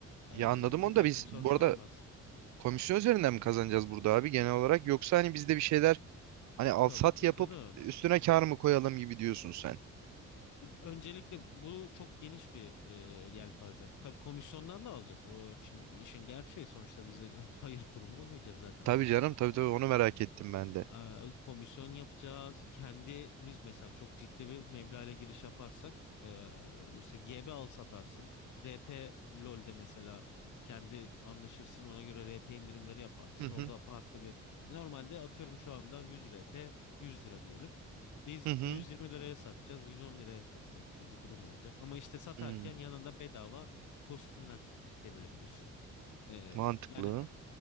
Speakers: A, on the left; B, on the right.
A: E,
B: Ya anladım
A: bir
B: onu
A: daha
B: da biz
A: kimse
B: bu
A: ondan
B: arada
A: almaz.
B: komisyon üzerinden mi kazanacağız burada abi genel olarak yoksa hani biz de bir şeyler hani al
A: Tabii
B: sat
A: ki
B: yapıp
A: canım.
B: üstüne kar mı koyalım gibi diyorsun sen.
A: Öncelikle bu çok geniş bir e, yelpaze. Tabii komisyondan da alacağız. O şimdi işin gerçeği sonuçta biz de <laughs> hayır kurumu olmayacağız zaten amacımız
B: Tabii canım
A: o.
B: tabii tabii onu merak ettim ben de.
A: Ee, komisyon yapacağız. Kendimiz mesela çok ciddi bir meblağla giriş yaparsak e, işte GB al satarsın. RP LoL'de mesela kendi anlaşırsın ona göre RP indirimleri yaparsın.
B: <laughs>
A: Orada farklı bir normalde atıyorum şu anda 100 RP 100 lira diyelim. Biz
B: Hı hı.
A: 120 liraya satacağız, 110 liraya satacağız gibi bir durum olacak. Ama işte satarken
B: Hmm,
A: yanında bedava kostümler verilebilir. Ee,
B: mantıklı.
A: yani a-